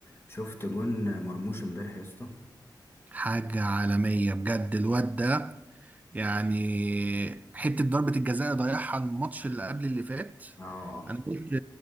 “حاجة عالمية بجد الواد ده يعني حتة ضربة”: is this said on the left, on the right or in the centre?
Right